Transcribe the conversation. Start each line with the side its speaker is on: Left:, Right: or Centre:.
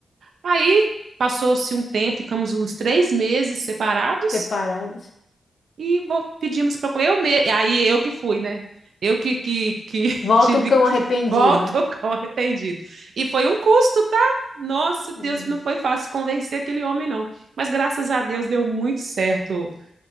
Right: Aí passou-se um tempo, ficamos uns três meses separados.
Left: separados.
Right: E vou- pedimos para comer. Eu me... Aí eu que fui, né? Eu que, que, que <laughs>
Left: Volta
Right: tive
Left: o cão
Right: que.
Left: arrependido.
Right: Volto com arrependido. E foi um custo, tá? Nossa, Deus,
Left: É.
Right: não foi fácil convencer aquele homem, não. Mas graças a Deus deu muito certo.